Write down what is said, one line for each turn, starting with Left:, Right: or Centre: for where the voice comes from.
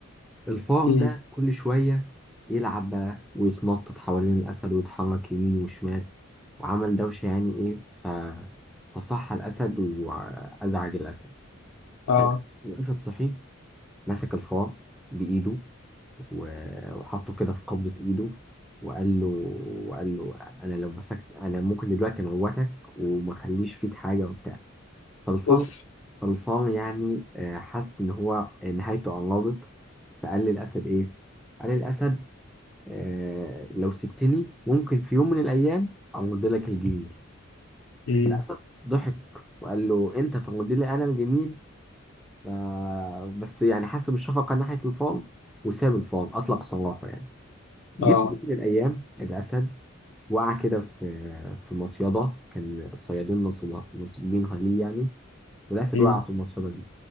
Centre: الفار
Left: امم
Centre: ده كل شويه يلعب بقى ويتنطط حوالين الاسد ويتحرك يمين وشمال وعمل دوشه يعني ايه ف... فصح الاسد وازعج الاسد
Left: اه
Centre: فالاسد الأسد صحي مسك الفار بايده و- وحطه كده في قبضة إيده وقال له وقال له أنا لو مسكت أنا ممكن دلوقتي أموتك وما أخليش فيك حاجة وبتاع طلفان
Left: اوف
Centre: طلفان يعني آه، حس إن هو نهايته قربت فقال للأسد إيه؟ قال للأسد آه، لو سبتني ممكن في يوم من الأيام أمد لك الجميل
Left: امم
Centre: الأسد ضحك وقال له أنت تمد لي أنا الجميل ف- بس يعني حس بالشفقة ناحية الفار وساب الفار أطلق سراحه يعني جه
Left: اه
Centre: في يوم من الأيام الأسد وقع كده في في مصيدة كان الصيادين نصب- نصبين ليه يعني والأسد
Left: امم
Centre: وقع في المصيدة دي